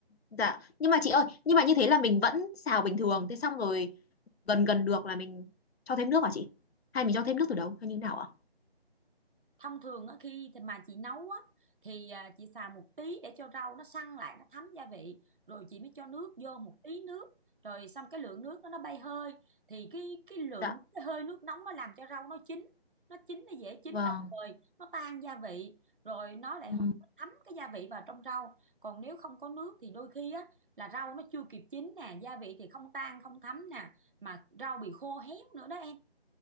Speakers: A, on the left (about 70°); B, on the right (about 55°).
A: Dạ, nhưng mà chị ơi, nhưng mà như thế là mình vẫn xào bình thường, thế xong rồi gần gần được là mình cho thêm nước hả chị? Hay mình cho thêm nước từ đầu hay như thế nào ạ?
B: thông thường á, khi thì mà chị nấu á, thì à, chị xào một tí để cho rau nó săn lại nó thấm gia vị rồi chị mới cho nước vô một tí nước rồi xong cái lượng nước đó nó bay hơi thì cái cái lượng
A: Dạ,
B: cái hơi nước nóng nó làm cho rau nó chín nó chín nó dễ chín
A: vâng.
B: đồng thời nó tan gia vị rồi nó lại
A: Ừ.
B: ho- thấm cái gia vị vào trong rau còn nếu không có nước thì đôi khi á là rau nó chưa kịp chín nè gia vị thì không tan không thấm nè mà rau bị khô héo nữa đó em